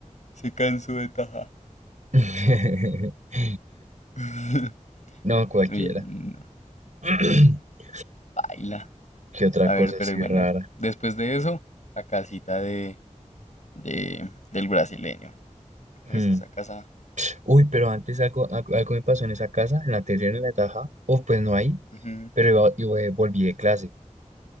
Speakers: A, on the left (about 65°); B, on the right (about 65°).
A: se cansó de taja.
B: <laughs>
A: <laughs>
B: No, cualquiera.
A: Uy, no.
B: <clears throat>
A: Baila.
B: ¿Qué otra
A: A ver,
B: cosa
A: pero
B: así
A: bueno,
B: rara?
A: des- después de eso, la casita de, de, del brasileño. Pues
B: Hmm.
A: esa casa.
B: Uy, pero antes algo, algo, algo me pasó en esa casa, en la anterior, en la de Taja. o pues no ahí,
A: ujú,
B: pero iba- iba- volví de clase.